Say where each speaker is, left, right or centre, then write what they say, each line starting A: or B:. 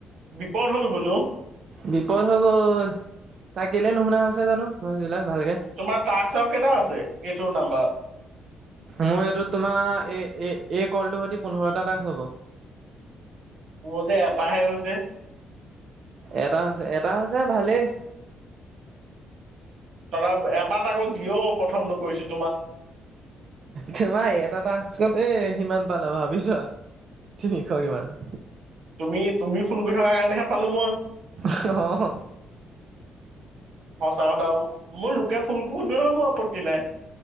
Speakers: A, on the right; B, on the right.
A: বিপদ হ'ল বোলো।
B: বিপদ হৈ গ'ল ত কেলে নুশুনা হৈছে জানো। ভইচ বিলাক ভালকে
A: তোমাৰ তাক চাও কেইটা আছে কেটোৰ নাম্বাৰ
B: মোৰ এইটো তোমাৰ এ-এ এই কলটো সৈতে পোন্ধৰটা টাক্স হব।
A: মোৰ যে এটাহে হৈ।
B: এটা হৈছে, এটা হৈছে ভালেই।
A: <unintelligible> এটা আকৌ জিঅ' প্ৰথমটো কৰিছোঁ।
B: তোমাৰ এটা টাক্স কৰোঁতেই সিমান পালা। ভাবি চোৱা তিনিশ কিমান
A: তুমি-তুমি ফোন কৰি থকাৰ কাৰণেহে পালো মই।
B: অহ -হ - হ।
A: সঁচাকথা। মোৰ লোকে ফোন কৰোতেও মোৰ আপত্তি নাই।